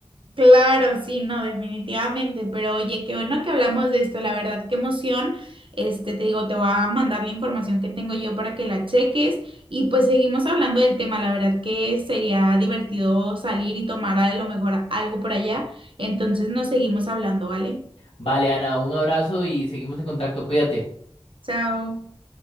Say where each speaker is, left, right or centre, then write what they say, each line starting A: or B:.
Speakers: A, on the right; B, on the left.
A: Claro, sí, no, definitivamente, pero oye, qué bueno que hablamos de esto, la verdad, qué emoción. Este, te digo, te voy a mandar la información que tengo yo para que la cheques y pues seguimos hablando del tema, la verdad que sería divertido salir y tomar a lo mejor algo por allá, entonces nos seguimos hablando, ¿vale?
B: Vale, Ana, un abrazo y seguimos en contacto. Cuídate.
A: Chao.